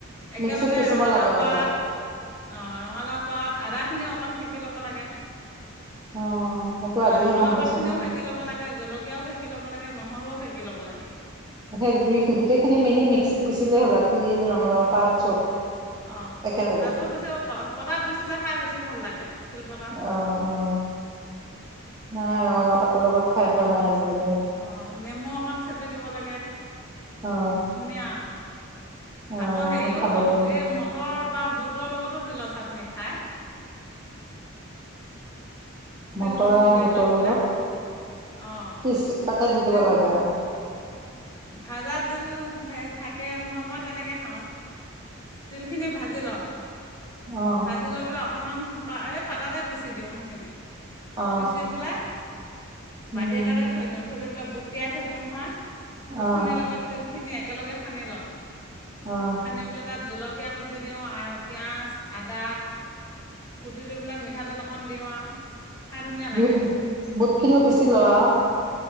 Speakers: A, on the left (about 15°); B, on the right (about 20°).
A: একেলগে
B: মিক্সিত পিচিব
A: ৰঙালাও
B: লাগে
A: পাত
B: তাৰপা
A: অ' ৰঙালাও পাত আদাখিনিও অকণ সেকি ল'ব লাগে।
B: অ' সেইটো আজিহে
A: ৰঙালাও
B: গম পাইছো।
A: পাতখিনিও সেকি ল'ব লাগে জলকীয়াও সেকি ল'ব নহৰুও সেকি ল'ব লাগে।
B: সেই দুই গোটেইখিনি মেলি মিক্সিত পিচিলে হ'লা তিল, ৰঙালাও পাত চব।
A: অ'
B: একেলগে
A: তাতো পিছি পটাত পিচিলে খাই বেছি ভাল লাগে আৰু। শিলপতাত
B: অ'অ' নাই ৰঙালাও পাতৰ লগত খাই পোৱা নাই আজিলৈ।
A: অ'নেমু অকণ চেপি দিব লাগে
B: অ
A: ধুনীয়া।
B: অ
A: আকৌ হেৰিও
B: খাব লাগিব
A: এই মটৰ বা বুটৰ লগতো তিলৰ চাটনি খায়। তিল
B: মটৰ
A: খুন্দি
B: আৰু বুটৰ
A: লৈ
B: লগত
A: পেলাই অঁ
B: পিচি তাতে দি
A: তিল
B: দিব লাগে আৰু।
A: ভাজা তিল থে থাকে নহয় মই তেনেকৈ খাও। তেলখিনি ভাজি লও।
B: অ
A: ভাজি লৈ পেললৈ অকণমান এই পাতা এ পিচি দিওঁ সেইখিনি।
B: অ
A: পিচি পেলাই বাতি
B: উম
A: এটাতে থৈ দিও থৈ দি পেলাই বুটিয়াই থৈ দিও নহয়। বুটখিনিৰ
B: অ
A: লগত তেলখিনি একেলগে সানি লও
B: অ
A: সানি তাত জলকীয়া খুটি দিও আৰু পিয়াজ আদা কুটিটো পেলাই মিঠাতেল অকণ দিও আৰু। খাই ধুনীয়া লাগে।
B: দুই বুটখিনিও পিচি লোৱা আৰু